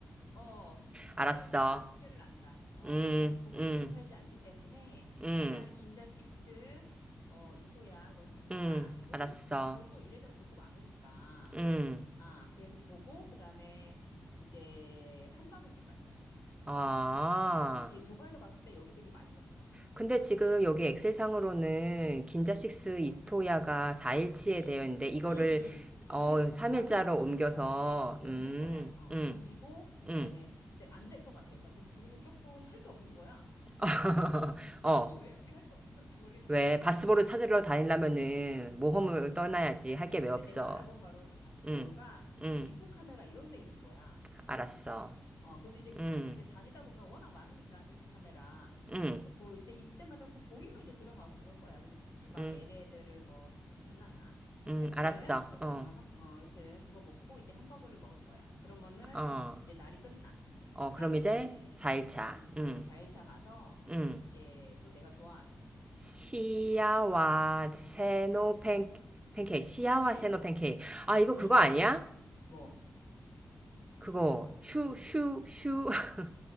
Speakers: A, on the left; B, on the right.
A: 어, 내가,
B: 알았어.
A: 나 주제를 안다. 어,
B: 음,
A: 고, 고급진
B: 음,
A: 데서 팔지 않기 때문에,
B: 음,
A: 일단 긴자 식스, 어, 이토야, 거기 갔다가,
B: 음,
A: 이제 거기
B: 알았어.
A: 뭐 볼거 이래저래 볼 거 많으니까.
B: 음,
A: 아, 그래서 보고, 그 다음에 이제 함바그집 갈 거야.
B: 아.
A: 음, 제, 저번에도 갔을 때 여기 되게 맛있었어.
B: 근데 지금 여기 엑셀상으로는 긴자식스
A: 음.
B: 이토야가 4일치에
A: 응,
B: 되어 있는데, 이거를,
A: 응, 응. 아,
B: 어,
A: 근데 이,
B: 3일자로
A: 나눌 거야. 요,
B: 옮겨서,
A: 어, 요, 어, 옮길
B: 음,
A: 거야. 어,
B: 음,
A: 옮기고, 어,
B: 음.
A: 그다음에, 근데 안 될 것 같아서. 그, 그리고 조금 할 게 없는 거야.
B: <laughs>
A: <laughs>
B: 어,
A: 왜 우리 할 게 없는 건지 모르겠는데,
B: 왜, 바스보를 찾으러 다니려면은 모험을
A: 어.
B: 떠나야지.
A: 아,
B: 할게
A: 아니, 근데
B: 왜 없어.
A: 내가 알아본 바로는 바스보르가
B: 음, 음,
A: 빅코 카메라 이런 데 있는 거야.
B: 알았어.
A: 어, 그래서 이제 그것도
B: 음.
A: 이제 다니다 보면 워낙 많으니까, 빅급 카메라.
B: 응,
A: 그러니까 그, 이때, 있을 때마다 그 보이면 이제 들어가고 그럴 거야. 근데 굳이 막
B: 응,
A: 얘네들을 뭐, 그렇진 않아.
B: 응,
A: 하여튼,
B: 알았어.
A: 그래서,
B: 어,
A: 어, 하 어, 하여튼, 그거 먹고 이제 햄버거를 먹을 거야. 그러면은,
B: 어,
A: 이제 날이 끝나.
B: 어,
A: 그
B: 그럼
A: 다음에
B: 이제
A: 이제,
B: 4일차.
A: 음,
B: 응,
A: 음, 4일차 가서,
B: 응.
A: 이제 또 내가 좋아하는,
B: 시야와 세노
A: 세노
B: 팬, 팬케이크. 시야와
A: 팬케이크.
B: 세노 팬케이크. 아, 이거
A: 음
B: 그거
A: 음.
B: 아니야?
A: 음. 뭐,
B: 그거, 슈, 슈, 슈. <laughs>